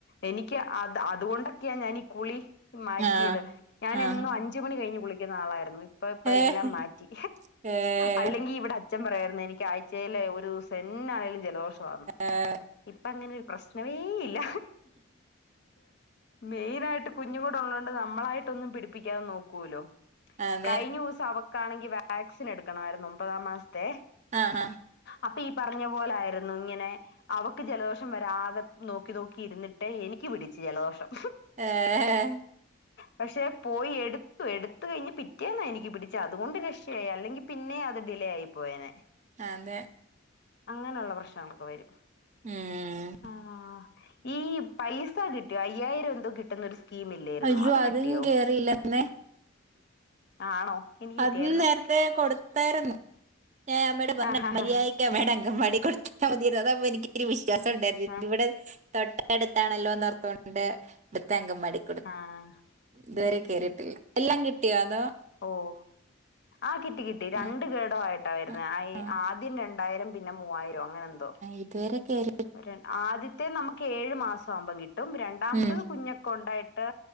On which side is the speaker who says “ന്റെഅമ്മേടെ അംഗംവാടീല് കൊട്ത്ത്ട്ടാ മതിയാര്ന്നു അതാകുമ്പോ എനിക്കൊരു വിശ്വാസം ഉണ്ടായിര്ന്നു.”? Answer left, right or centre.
Right